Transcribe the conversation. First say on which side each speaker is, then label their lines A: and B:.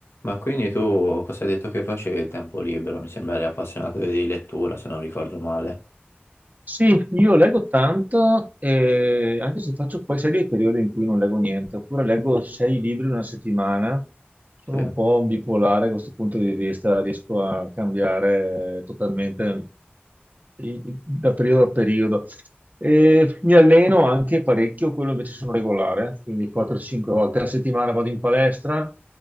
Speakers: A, on the left; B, on the right.
A: Ma quindi tu cosa hai detto che facevi il tempo libero? Mi sembra eri appassionato di lettura, se non ricordo male.
B: Sì, io leggo tanto, e anche se faccio poi, sai, dei periodi in cui non leggo niente, oppure leggo sei libri in una settimana. Sono
A: Sì,
B: un po' bipolare da questo punto di vista, riesco a cambiare totalmente i- i- da periodo a periodo. E mi alleno anche parecchio, quello invece sono regolare, quindi 4-5 volte alla settimana vado in palestra.